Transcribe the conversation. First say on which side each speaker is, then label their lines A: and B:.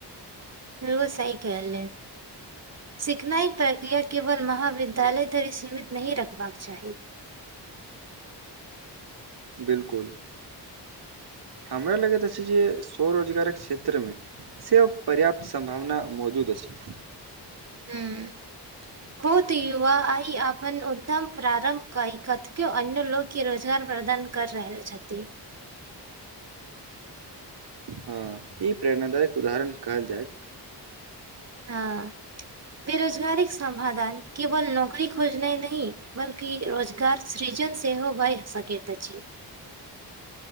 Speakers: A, on the right; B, on the right.
A: हमरो सइकेले सिखनाइ प्रक्रिया केवल महाविद्यालय धरि सीमित नहि रखबाक चाही
B: बिलकुल हमरा लगैत अछि जे स्वरोजगारक क्षेत्रमे से पर्याप्त संभावना मौजूद अछि
A: हूँ हो त युवा आई अपन उ्तम प्रारंभ कई क कतेके अन्य लोग के रोजगार प्रदान कर रहल छथि
B: हँ ई प्रेरणादायक उदाहरण कहल जायत
A: हँ बेरोजगारीक समाधान केवल नौकरी खोजनाइ नहि बल्कि रोजगार सृजन सेहो भई सकैत अछि